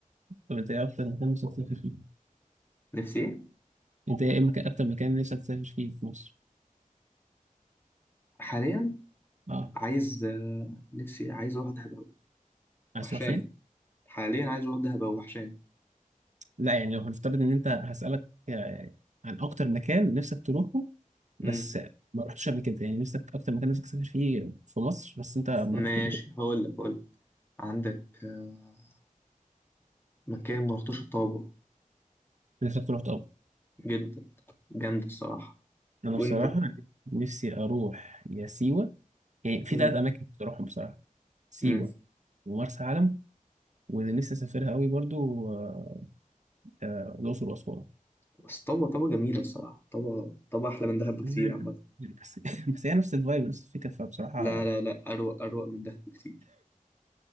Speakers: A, on the right (about 60°); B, on the left (about 15°).
A: طب انت ايه اكتر مكان نفسك تسافر فيه
B: نفسي ايه
A: انت ايه مكان اكتر مكان نفسك تسافر فيه في مصر
B: حاليا
A: اه
B: عايز آه، نفسي عايز اروح دهب اوي
A: عايز
B: وحشاني
A: تروح فين
B: حاليا عايز اروح دهب اوي وحشاني
A: لا يعني لو هنفترض ان انت هسالك آه، عن اكتر مكان نفسك تروحه بس
B: مم.
A: ما رحتش قبل كده يعني نفسك اكتر مكان نفسك تسافر فيه في مصر بس انت ما
B: ماشي
A: رحتش قبل كده
B: هقول لك هقول لك عندك آه، مكان ما رحتوش الطابة
A: نفسك تروح طب
B: جدا جامد الصراحة
A: انا
B: وانت
A: بصراحه نفسي اروح يا سيوه يعني في
B: مم.
A: ثلاث اماكن نفسي اروحهم بصراحه سيوه
B: امم
A: ومرسى علم واللي نفسي اسافرها قوي برضو آه، آه، الاقصر واسوان
B: بس طبعا طبعا جميلة الصراحة طبعا طبعا أحلى من دهب بكتير
A: مم.
B: عامة
A: بس <laughs> بس هي نفس الفايب نفس الفكره فبصراحه
B: لا لا لا أروق أروق من دهب بكتير